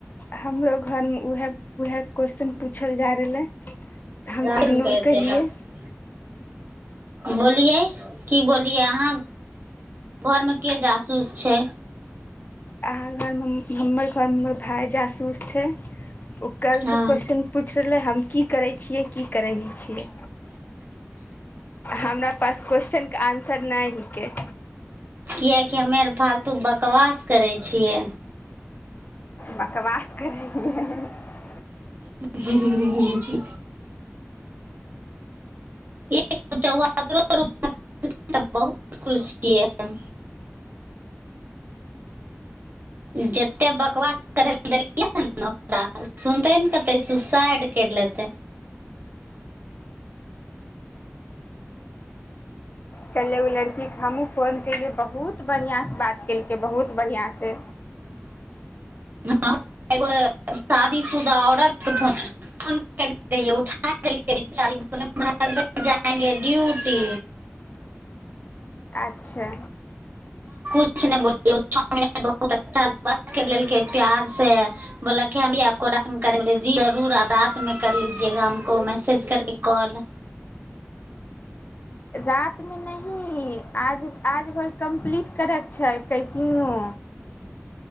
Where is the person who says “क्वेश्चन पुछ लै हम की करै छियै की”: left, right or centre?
Left